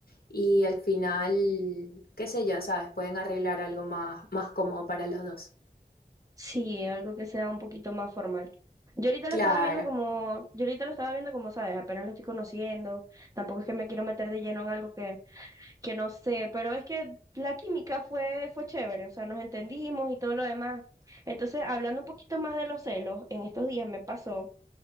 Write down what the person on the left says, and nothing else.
Y al final, qué sé yo, sabes, pueden arreglar algo más, más cómodo para los dos.
Claro,